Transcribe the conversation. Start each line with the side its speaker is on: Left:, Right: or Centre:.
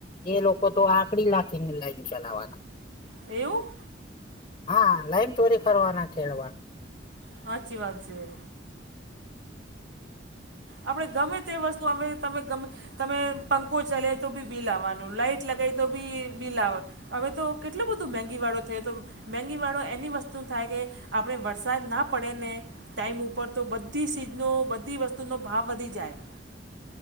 Left: એ લોકો તો આકડી લા ખી ને લાઈન ચલાવાના.
Right: એવું?
Left: હા, લાઈન ચોરી કરવા ના ખેડવા.
Right: હાચી વાત છે. આપળે ગમે તે વસ્તુ અમે તમે ગમે તમે પંખો ચલા તો બી બિ આવાનું, લાઈટ લગાઇ તો બી બિ આવ અવે તો કેટલું બધું મેંગીવાળો થયો તો મેંગીવાળો એની વસ્તુન થાય કે આપળે વરસાદ ના પડેને ટાઈમ ઉપર તો બધી સીઝનો, બધી વસ્તુનો ભાવ વધી જાય.